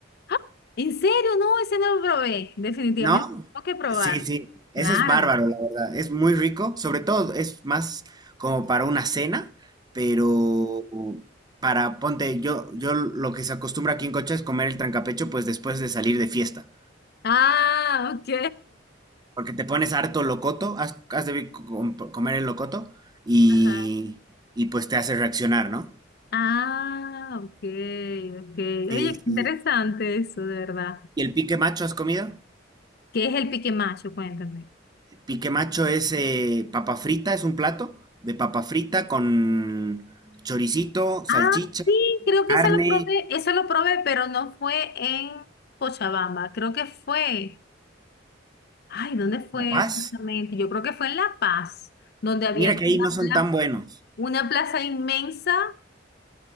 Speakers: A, on the left; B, on the right.
A: ¡Ah! ¿En serio? No, ese no lo probé. Definitivamente
B: ¿No?
A: tengo que probar.
B: Sí, sí, ese
A: Claro.
B: es bárbaro, la verdad. Es muy rico, sobre todo es más como para una cena, pero para, ponte, yo, yo lo que se acostumbra aquí en Cocha es comer el trancapecho pues después de salir de fiesta,
A: Ah, ok.
B: porque te pones harto locoto, has, has de vi- com- comer el locoto y,
A: <laughs> Ajá.
B: y pues te hace reaccionar, ¿no?
A: Ah, ok, ok. Oye,
B: Sí, sí.
A: qué interesante eso, de verdad.
B: ¿Y el pique macho has comido?
A: ¿Qué es el pique macho? Cuéntame.
B: Pique macho es eh, papa frita, es un plato de papa frita con choricito, salchicha
A: Ah, sí, creo
B: Carne,
A: que eso lo probé, eso lo probé, pero no fue en Cochabamba, creo que fue, ay, ¿dónde fue
B: La Paz.
A: exactamente? Yo creo que fue en La Paz, donde había
B: Mira
A: como
B: que ahí
A: una
B: no son
A: plaza,
B: tan buenos.
A: una plaza inmensa,